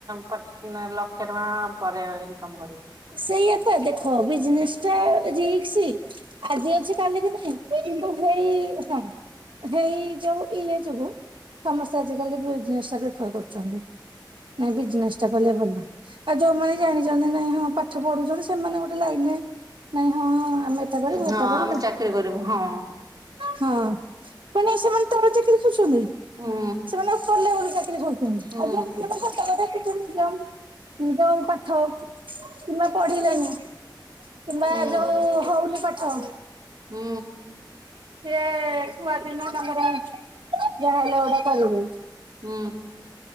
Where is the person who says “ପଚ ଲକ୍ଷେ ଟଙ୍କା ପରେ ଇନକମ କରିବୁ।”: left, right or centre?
Right